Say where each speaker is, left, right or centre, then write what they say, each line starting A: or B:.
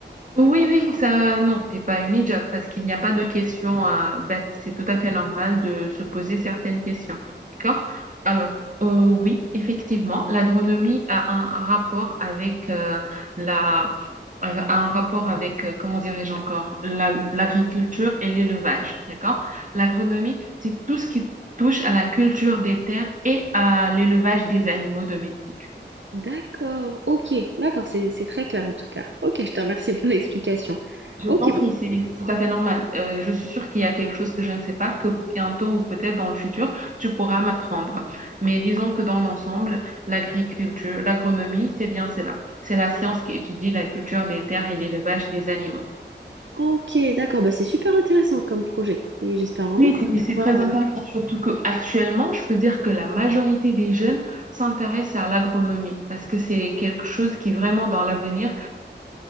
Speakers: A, on the right; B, on the right.
A: Oui, oui, ça, non, t'es pas une idiote parce qu'il n'y a pas de questions à bête. C'est tout à fait normal de se poser certaines questions. D'accord? Alors, euh, oui, effectivement, l'agronomie a un rapport avec euh, la, euh, a un rapport avec, euh, comment dirais-je encore, la- l'agriculture et l'élevage. D'accord? L'agronomie, c'est tout ce qui touche à la culture des terres et à l'élevage des animaux domestiques.
B: D'accord, ok, d'accord, c'est, c'est très clair en tout cas. Ok, je te remercie pour <laughs> l'explication.
A: Je
B: Ok,
A: t'en prie,
B: bah-
A: c'est c'est tout à fait normal. Euh, je suis sûre qu'il y a quelque chose que je ne sais pas, que bientôt ou peut-être dans le futur, tu pourras m'apprendre. Mais disons que dans l'ensemble, l'agriculture, l'agronomie, c'est bien cela. C'est la science qui étudie la culture des terres et l'élevage des animaux.
B: ok, d'accord, bah c'est super intéressant comme projet. Et j'espère vraiment
A: Oui,
B: que
A: c'est
B: tu vas
A: c'est très
B: pouvoir-
A: intéressant, surtout qu'actuellement, je peux dire que la majorité des jeunes s'intéressent à l'agronomie parce que c'est quelque chose qui vraiment dans l'avenir